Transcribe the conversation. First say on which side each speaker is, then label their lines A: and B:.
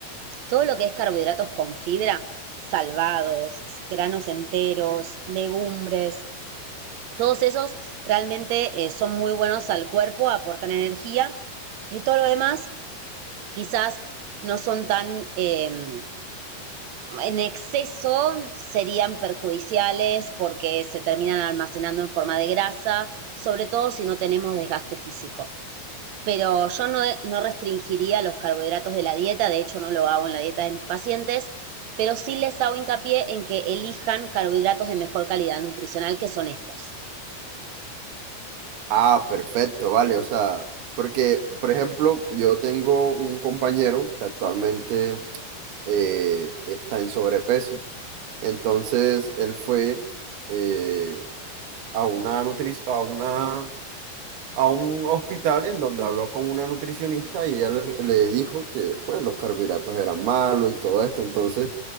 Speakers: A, on the right; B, on the right.
A: todo lo que es carbohidratos con fibra, salvados, granos enteros, legumbres, todos esos realmente eh, son muy buenos al cuerpo, aportan energía y todo lo demás quizás no son tan... Eh, en exceso serían perjudiciales porque se terminan almacenando en forma de grasa, sobre todo si no tenemos desgaste físico. Pero yo no, no restringiría los carbohidratos de la dieta, de hecho no lo hago en la dieta de mis pacientes, pero sí les hago hincapié en que elijan carbohidratos de mejor calidad nutricional que son estos.
B: Ah, perfecto, vale. O sea, porque, por ejemplo, yo tengo un compañero que actualmente eh, está en sobrepeso. Entonces él fue eh, a una nutri- a una, a un hospital en donde habló con una nutricionista y ella le, le dijo que pues los carbohidratos eran malos y todo esto. Entonces,